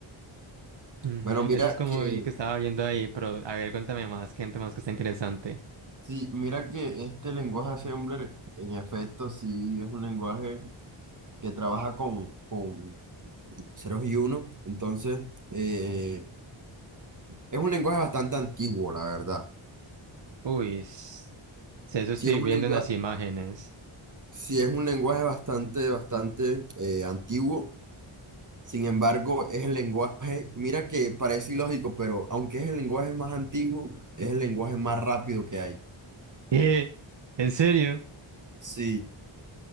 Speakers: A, on the right; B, on the right.
A: Ujú,
B: Bueno, mira
A: Ese es como
B: que,
A: el que estaba viendo ahí, pero a ver, cuéntame más, gente más que está interesante.
B: sí, mira que este lenguaje Assembler, en efecto, sí es un lenguaje que trabaja con, con ceros y unos, entonces, eh, es un lenguaje bastante antiguo, la verdad.
A: Uy, s- si eso estoy
B: Sí es un
A: viendo
B: lenguaje,
A: en las imágenes.
B: sí es un lenguaje bastante, bastante eh, antiguo, sin embargo, es el lenguaje, mira que parece ilógico, pero aunque es el lenguaje más antiguo, es el lenguaje más rápido que hay.
A: <laughs> ¿Eh? ¿En serio?
B: Sí,